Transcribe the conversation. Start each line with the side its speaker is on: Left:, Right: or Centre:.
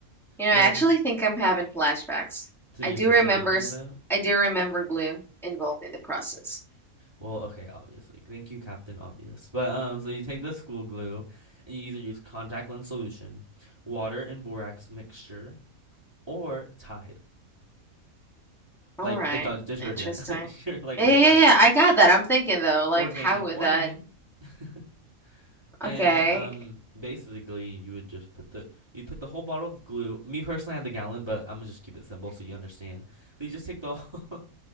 Centre: You know,
Right: and
Centre: I actually think I'm having flashbacks.
Right: to
Centre: I
Right: your
Centre: do
Right: sister
Centre: remember,
Right: making
Centre: s-
Right: them
Centre: I do remember glue involved in the process.
Right: Well, okay, obviously. Thank you, Captain Obvious. But um, so you take the school glue and you either use contact lens solution, water and borax mixture, or Tide,
Centre: All
Right: like
Centre: right,
Right: the de- detergent.
Centre: interesting.
Right: <laughs> You're like,
Centre: Yeah,
Right: wait,
Centre: yeah,
Right: what?
Centre: yeah, yeah. I got that. I'm thinking though, like,
Right: Orgain,
Centre: how would
Right: Orgain.
Centre: that?
Right: <laughs> And
Centre: Okay,
Right: um, basically, you would just put the you'd put the whole bottle of glue. Me personally, I had the gallon, but I'm gonna just keep it simple so you understand. So you just take the <laughs> whole,